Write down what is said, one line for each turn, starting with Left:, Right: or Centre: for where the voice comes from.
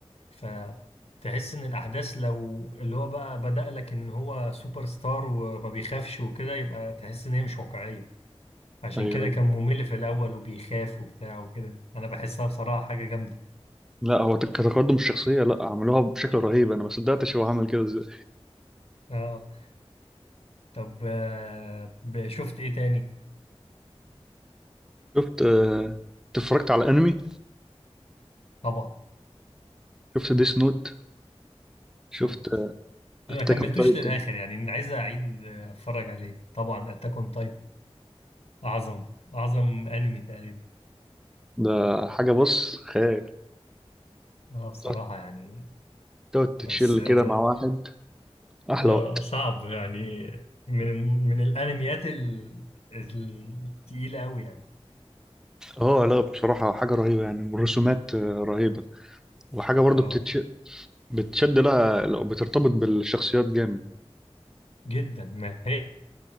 Left: فتحس إن الأحداث لو اللي هو بقى بدأ لك إن هو سوبر ستار وما بيخافش وكده يبقى تحس إن هي مش واقعية عشان
Centre: ايوه
Left: كده
Centre: أيوه.
Left: كان ممل في الأول وبيخاف وبتاع وكده أنا بحسها بصراحة حاجة جامدة
Centre: لا هو كتقدم الشخصية لا عملوها بشكل رهيب انا ما صدقتش هو عمل كده ازاي
Left: آه طب آه، ب- شفت إيه تاني؟
Centre: شفت آه، أنت اتفرجت على انمي
Left: طبعا
Centre: شفت ديس نوت
Left: شفت
Centre: شفت
Left: ما
Centre: اتاك
Left: كملتوش
Centre: اون تايتن
Left: للآخر يعني عايز أعيد آه، أتفرج عليه طبعا أتاك أون أعظم أعظم أنمي تقريبا
Centre: ده حاجة بص خيال
Left: اه بصراحة
Centre: تقعد
Left: يعني
Centre: تقعد تتشيل
Left: بس آه
Centre: كده مع واحد احلى
Left: آه،
Centre: وقت
Left: صعب يعني من من الأنميات ال- التقيلة أوي يعني
Centre: اه لا بصراحة حاجة رهيبة يعني والرسومات آه، رهيبة وحاجة برضه
Left: اه
Centre: بتتش... بتشد لها لو بترتبط بالشخصيات جامد
Left: جدا ما هي